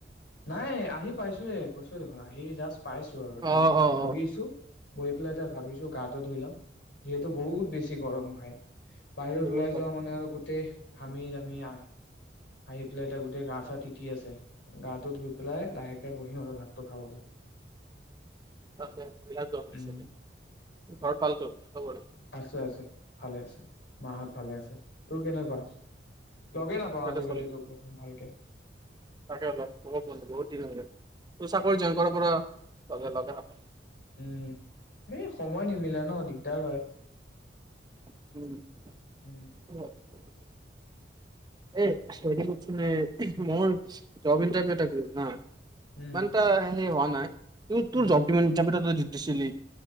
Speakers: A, on the left; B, on the right.
A: নাই আহি পাইছোয়ে কৈছো দেখোন আহি জাষ্ট পাইছো আৰু এতিয়া
B: অ' অ'
A: বহিছোঁ
B: অ'
A: বৈ পেলাই এই ভাবিছো গাটো ধুই ল যিহেতু বহুত বেছি গৰম হয়াই বাহিৰত
B: বহুত
A: ওলাই
B: পালো
A: যোৱা মানে আৰু গোটেই হামি যামি আই আহি পেলাই এতিয়া গোটেই গা চা তিতি আছে গাটো ধুই পেলাই লাহেকে বহিম আৰু ভাতটো খাবলৈ
B: ঘৰত
A: উম
B: ভাল তোৰ
A: আছোঁ আছোঁ ভালে আছোঁ মাহত ভালে আছে তোৰ কেনেকুৱা লগেই নাপাওঁ
B: তাতে
A: আজিকালি
B: চলি
A: তোক দেখোন ভালকে
B: তাকে অলপ বহুত বহুত দিন ত চাকৰি জইন কৰাৰ পৰা লগে লগে নাপাওঁ
A: উম এই সময় নিমিলে ন দিগদাৰ হয়
B: উম এ
A: উম
B: হৰিচোন মোৰ জব ইণ্টাৰভিউটা ন মানন্ত সেহ হোৱা
A: উম
B: নাই। তোৰ তোৰ
A: উম
B: জগদীব ডিচিলি